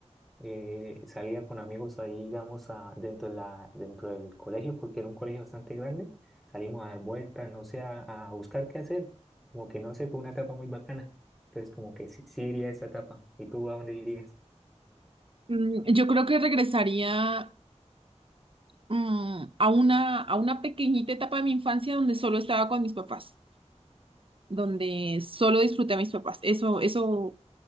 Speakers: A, in the centre; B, on the right (about 50°).
A: eh, salía con amigos ahí, digamos, a, dentro de la, dentro del colegio, porque era un colegio bastante grande. Salimos a dar vueltas, no sé, a, a buscar qué hacer. Como que no sé, fue una etapa muy bacana. Entonces, como que sí, sí iría a esa etapa. ¿Y tú a dónde irías?
B: Mm, Yo creo que regresaría mm, a una, a una pequeñita etapa de mi infancia donde solo estaba con mis papás, donde solo disfruté a mis papás. Eso, eso,